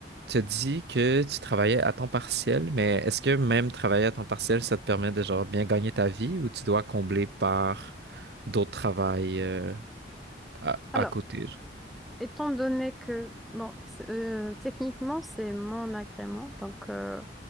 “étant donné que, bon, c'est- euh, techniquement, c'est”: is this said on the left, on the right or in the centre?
Centre